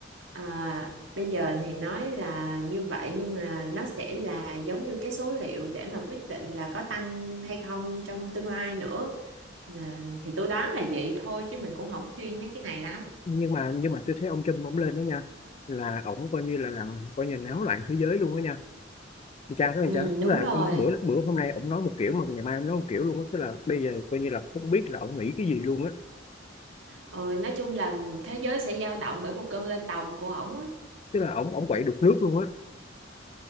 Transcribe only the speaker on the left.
nhưng mà nhưng mà tôi thấy ông Trump ổng lên đó nha là ổng coi như là làm coi như náo loạn thế giới luôn đó nha con trai đó con
trai tức
là
bữa bữa hôm nay ổng nói một kiểu mà ngày mai ổng nói một kiểu luôn á tức là bây giờ coi như là không biết là ổng nghĩ cái gì luôn á
tức là ổng ổng quậy đục nước luôn á